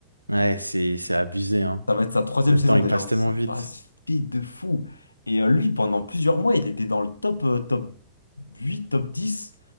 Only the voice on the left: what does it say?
Ça va être sa troisième
saison
déjà.
hein.
Ça
passe vite de fou. Et euh, lui, pendant plusieurs mois, il était dans le top, euh, top 8 top 10